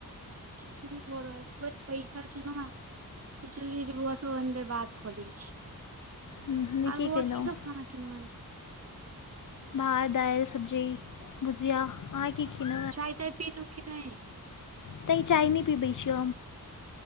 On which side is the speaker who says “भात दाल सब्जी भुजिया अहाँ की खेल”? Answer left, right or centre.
Left